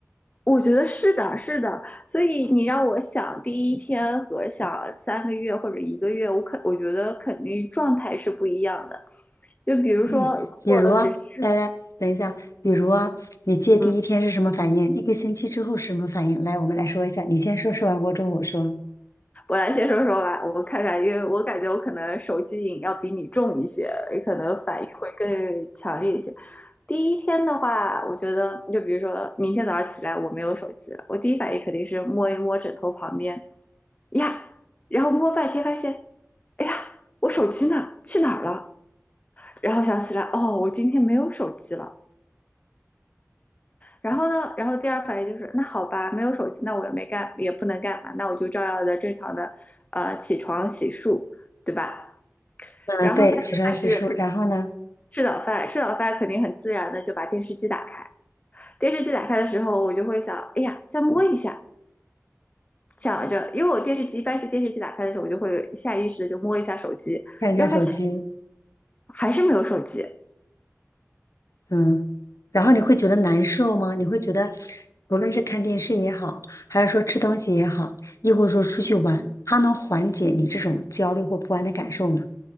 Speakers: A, on the left (about 30°); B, on the left (about 75°).
A: 我觉得是的，是的。所以你让我想第一天和想三个月或者一个月，我肯我觉得肯定状态是不一样的。就比如说，
B: 嗯，
A: 如果只是
B: 比如啊，来来，等一下，比如啊，你戒第一天是什么反应？
A: 嗯。
B: 一个星期之后是什么反应？来，我们来说一下，你先说，说完过之后我说。嗯
A: 我来先说说吧，我看看，因为我感觉我可能手机瘾要比你重一些，也可能反应会更强烈一些。第一天的话，我觉得就比如说明天早上起来我没有手机了，我第一反应肯定是摸一摸枕头旁边呀，然后摸半天发现，哎呀，我手机呢？去哪儿了？然后想起来，哦，我今天没有手机了。然后呢，然后第二反应就是，那好吧，没有手机，那我也没干，也不能干嘛，那我就照样的正常的，呃，起床洗漱，对吧？
B: 嗯，呃对，
A: 然后呢就开始
B: 起床洗漱，然后呢？
A: 吃早饭，吃早饭肯定很自然的就把电视机打开。电视机打开的时候，我就会想，哎呀，再摸一下，想着，因为我电视机一般是电视机打开的时候，我就会下意识的就摸一下手机，
B: 看一下手机，
A: 然后发现还是没有手机，
B: 嗯，然后你会觉得难受吗？你会觉得，无论是看电视也好，还是说吃东西也好，亦或者说出去玩，它能缓解你这种焦虑或不安的感受吗？